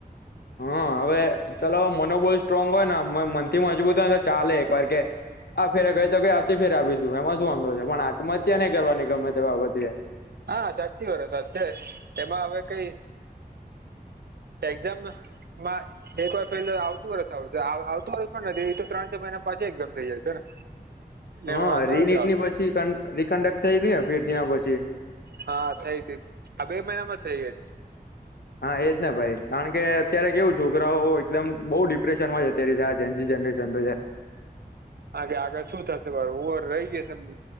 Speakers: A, on the left; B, on the right.
A: હા હવે ચલો મનોબળ સ્ટ્રોંગ હોય ને મનથી મજબૂત હોય તો ચાલે એક વાર કે આ ફેરે કઈ તો કઈ આવતી ફેર એમાં શું છે પણ આત્મહત્યા નહી કરવાની ગમે તે બાબતે
B: હા સાચી વાત સાચ છે એમાં હવે કઈ એક્ઝામ નત મા એક વાર ફેલ આવતું વરસ આવશે આવતું હોય પણ નથી એ તો ત્રણ ચાર મહિના પાછી એક્ઝામ થઈ જાય છે ને એટલે
A: હા
B: એમાં વાંધો
A: રી
B: નથી
A: નીટ
B: આવતો
A: ની પછી કન્ત રીકન્ડક્ટને થઈ અપડેટ થયા પછી
B: હા થઈ હતી આ બે મહિનામાં જ થઈ હતી
A: હા એ જ ને ભાઈ કારણ કે અત્યારે કેવું છોકરાઓ એકદમ બહુ ડિપ્રેશનમાં છે અત્યારે આ ઝેન જી જનરેશન તો છે.
B: આ કે આગળ શું થશે મારુ હું રહી જઈશે